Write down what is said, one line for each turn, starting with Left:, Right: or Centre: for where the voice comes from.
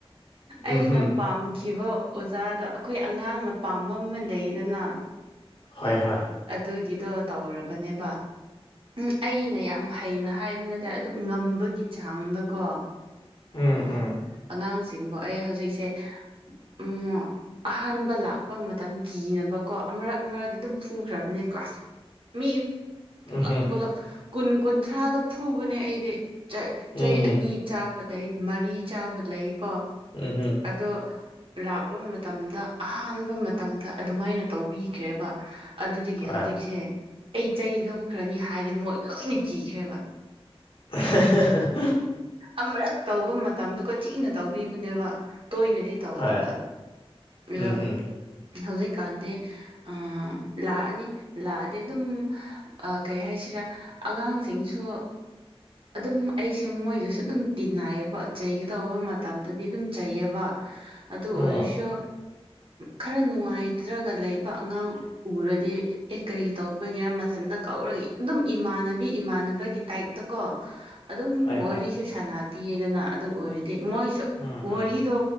Left: ꯎꯝ
Right: ꯑꯩꯅ
Left: ꯍꯝ
Right: ꯄꯥꯝꯈꯤꯕ ꯑꯣꯖꯥꯗ ꯑꯈꯣꯏ ꯑꯉꯥꯡꯅ ꯄꯥꯝꯕ ꯑꯃ ꯂꯩꯗꯅ
Left: ꯍꯣꯏ ꯍꯣꯏ
Right: ꯑꯗꯨꯒꯤꯗꯣ ꯇꯧꯔꯕꯅꯦꯕ ꯎꯝ ꯑꯩꯅ ꯌꯥꯝ ꯍꯩꯅ ꯍꯥꯏꯕ ꯅꯠꯇꯦ ꯑꯗꯨ ꯉꯝꯕꯒꯤ ꯆꯥꯡꯗꯀꯣ
Left: ꯎꯝ
Right: ꯑ
Left: ꯎꯝ
Right: ꯑꯉꯥꯡ ꯆꯤꯡꯕꯣ ꯑꯩ ꯍꯧꯖꯤꯛꯁꯦ ꯎ ꯑꯍꯥꯟꯕ ꯂꯥꯛꯄ ꯃꯇꯝ ꯀꯤꯅꯕꯀꯣ ꯑꯃꯔꯛ ꯃꯔꯛꯇ ꯑꯗꯨꯝ ꯐꯨꯈ꯭ꯔꯕꯅꯦ ꯀ꯭ꯂꯥꯁ ꯃꯤ ꯄꯨꯂꯞ
Left: ꯎꯝꯍꯝ
Right: ꯄꯨꯂꯞ ꯀꯨꯟ ꯀꯨꯟꯊ꯭ꯔꯥꯗꯣ ꯐꯨꯕꯅꯦ ꯑꯩꯗꯤ ꯆꯩ
Left: ꯎꯝ
Right: ꯆꯩ ꯑꯅꯤ ꯆꯥꯕ ꯂꯩ ꯃꯔꯤ ꯆꯥꯕ ꯂꯩꯀꯣ
Left: ꯎꯝ ꯍꯨꯝ
Right: ꯑꯗꯣ ꯂꯥꯛꯄ ꯃꯠ ꯃꯇꯝꯗ ꯑꯍꯥꯟꯕ ꯃꯇꯝꯗ ꯑꯗꯨꯃꯥꯏꯅ ꯇꯧꯕꯤꯈ꯭ꯔꯦꯕ ꯑꯗꯨꯗꯒꯤ
Left: ꯍꯣꯏ
Right: ꯍꯧꯖꯤꯛꯁꯦ ꯑꯩ ꯆꯩ ꯂꯧꯈ꯭ꯔꯅꯤ ꯍꯥꯏꯗꯤ ꯃꯣꯏ ꯂꯣꯏꯅ ꯀꯤꯈ꯭ꯔꯦꯕ
Left: <unintelligible>
Right: ꯑꯃꯔꯛ ꯇꯧꯕ ꯃꯇꯝꯗꯨꯒ ꯊꯤꯅ ꯇꯧꯕꯤꯕꯅꯦꯕ ꯇꯣꯏꯅꯗꯤ ꯇꯧꯗꯕ
Left: ꯍꯣꯏ
Right: ꯃꯤꯗꯣ
Left: ꯎꯝꯍꯝ
Right: ꯍꯧꯖꯤꯛꯀꯥꯟꯗꯤ ꯑ ꯂꯥꯛꯑꯅꯤ ꯂꯥꯛꯑꯗꯤ ꯑꯗꯨꯝ ꯑ ꯀꯩ ꯍꯥꯏꯁꯤꯔꯥ ꯑꯉꯥꯡꯁꯤꯡꯁꯨ ꯑꯗꯨꯝ ꯑꯩꯁꯦ ꯃꯣꯏꯒꯁꯨ ꯑꯗꯨꯝ ꯇꯤꯟꯅꯥꯏꯌꯦꯕ ꯆꯩꯒꯗꯧꯕ ꯃꯇꯝꯗꯗꯤ ꯑꯗꯨꯝ ꯆꯩꯌꯦꯕ ꯑꯗꯨ
Left: ꯎꯝ
Right: ꯑꯣꯏꯔꯁꯨ ꯈꯔ ꯅꯨꯡꯉꯥꯏꯇ꯭ꯔꯒ ꯂꯩꯕ ꯑꯉꯥꯡ ꯎꯔꯗꯤ ꯑꯦ ꯀꯔꯤ ꯇꯧꯕꯒꯤꯔꯥ ꯃꯊꯟꯇ ꯀꯧꯔꯒ ꯑꯗꯨꯝ ꯏꯃꯥꯟꯅꯕꯤ ꯏꯃꯥꯟꯅꯕꯒꯤ ꯇꯥꯏꯞꯇ ꯀꯣ
Left: <inaudible>
Right: ꯑꯗꯨꯝ ꯋꯥꯔꯤꯁꯨ
Left: ꯍꯣꯏ
Right: ꯁꯥꯟꯅꯕꯤꯌꯦꯗꯅ ꯑꯗꯨꯝ ꯑꯣꯏꯔꯗꯤ ꯃꯣꯏꯁꯨ
Left: ꯎꯝ ꯎꯝ
Right: ꯋꯥꯔꯤꯗꯣ